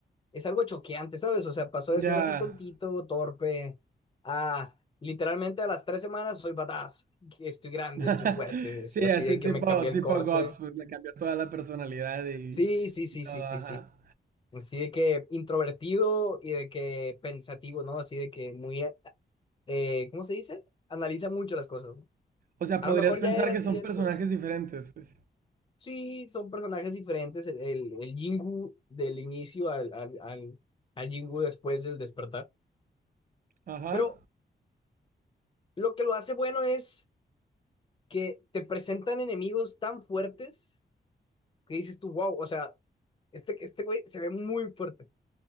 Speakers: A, on the left (about 30°); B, on the right (about 55°).
A: es algo choqueante, ¿sabes? O sea, pasó
B: Ya.
A: de ser así tontito, torpe, a literalmente a las tres semanas soy badass, que estoy grande,
B: <laughs>
A: estoy fuerte, es
B: Sí,
A: así
B: así
A: de
B: tipo,
A: que me cambié el
B: tipo
A: corte.
B: Guts, pues le cambió toda la personalidad y,
A: Sí, sí, sí,
B: y todo,
A: sí, sí,
B: ajá.
A: sí. Así de que introvertido y de que pensativo, ¿no? Así de que muy, eh, eh, ¿cómo se dice? Analiza mucho las cosas, ¿no?
B: O sea,
A: A
B: podrías
A: lo mejor
B: pensar
A: ya era
B: que
A: así
B: son
A: él,
B: personajes
A: pues.
B: diferentes, pues.
A: Sí, son personajes diferentes. El, el, el Jingu del inicio al, al, al, al Jingu después del despertar.
B: Ajá.
A: Pero Lo que lo hace bueno es que te presentan enemigos tan fuertes que dices tú, wow, o sea, este, este güey se ve muy fuerte.